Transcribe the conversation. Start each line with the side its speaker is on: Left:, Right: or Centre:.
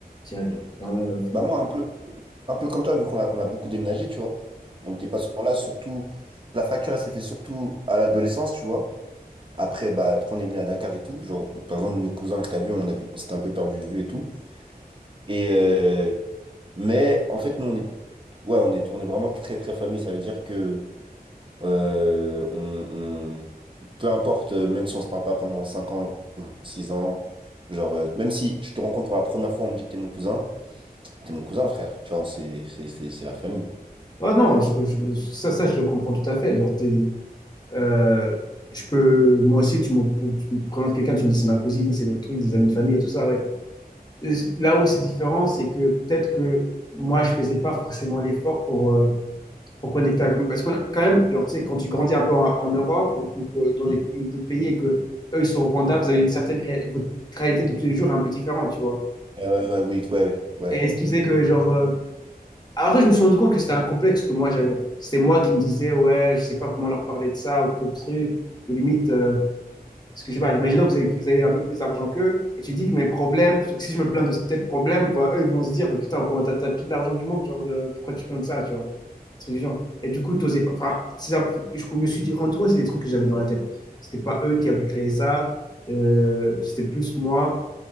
Left: direct.
Right: Mm.
Left: Dans la-
Right: Bah, moi, un peu, un peu comme toi, vu qu'on a, on a beaucoup déménagé, tu vois. On n'était pas souvent là, surtout. La fracture, elle s'est fait surtout à l'adolescence, tu vois. Après, bah, quand on est venu à Dakar et tout, genre, par exemple, mes cousins que t'as vu, on avait, on s'était un peu perdu de vue et tout. Et, euh, Mais en fait, nous, on est, ouais, on est, on est vraiment très, très famille. Ça veut dire que euh, on, on- peu importe, euh, même si on se parle pas pendant 5 ans, 6 ans, genre, euh, même si je te rencontre pour la première fois, on me dit que t'es mon cousin, t'es mon cousin, frère. Tu vois, c'est c'est- c'est- c'est la famille.
Left: Ah non, je- je- ça, ça, je le comprends tout à fait. Genre, t'es- euh, je peux, moi aussi, tu me, tu me présentes quelqu'un, tu me dis c'est ma cousine, c'est mon truc, des amis de famille et tout ça, ouais. Euh, Là où c'est différent, c'est que peut-être que moi, je faisais pas forcément l'effort pour, euh, pour connecter avec eux. Parce qu'on a quand même, genre, tu sais, quand tu grandis un peu en, en Europe ou, ou dans les
Right: Mm.
Left: pays- d'autres pays et que eux, ils sont au Rwanda, vous avez une certaine ré- votre réalité de tous les jours est un peu différente, tu vois.
Right: Ouais, ouais, ouais, oui, ouais, ouais.
Left: Et ce qui faisait que, genre, euh, Après, je me suis rendu compte que c'était un complexe que moi j'avais. C'était moi qui me disais, ouais, je sais pas comment leur parler de ça ou que truc, ou limite, euh, parce que je sais pas, imaginons que vous avez, vous avez un peu plus d'argent qu'eux, et tu dis que mes problèmes, sauf que si je me plains de tel problème, bah, eux ils vont se dire, mais putain, comment t'as, t'as tout l'argent du monde, genre, euh, pourquoi tu te plains de ça, tu vois? Un Truc du genre. Et du coup, t'osais pas. Enfin, c'est un- je me suis dit- rendu compte que c'est des trucs que j'avais dans la tête. C'était pas eux qui
Right: Mm.
Left: avaient créé ça, euh, c'était plus moi,